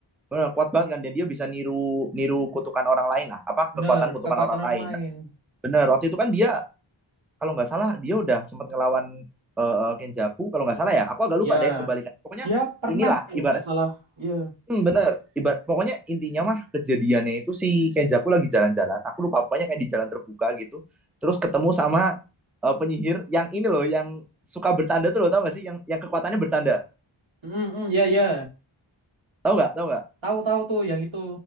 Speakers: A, in the centre; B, on the right.
A: bener kuat banget kan dan dia bisa niru niru kutukan orang lain lah apa
B: Bener,
A: kekuatan kutukan
B: kekuatan
A: orang
B: orang
A: lain.
B: lain.
A: Nah, bener waktu itu kan dia kalau nggak salah dia udah sempat ngelawan eh, eh, Kenjaku kalau nggak salah ya aku agak lupa
B: Ya,
A: deh kebalikan pokoknya
B: dia pernah
A: inilah
B: kalau
A: ibarat
B: nggak salah. Ya.
A: hmm, bener ibarat pokoknya intinya mah kejadiannya itu si Kenjaku lagi jalan-jalan aku lupa pokoknya kayak di jalan terbuka gitu terus ketemu sama eh, penyihir yang ini loh yang suka bercanda tuh loh tau nggak sih yang yang kekuatannya bercanda
B: Mm, mm, ya, ya.
A: tau nggak tau nggak
B: Tahu-tahu tuh yang itu.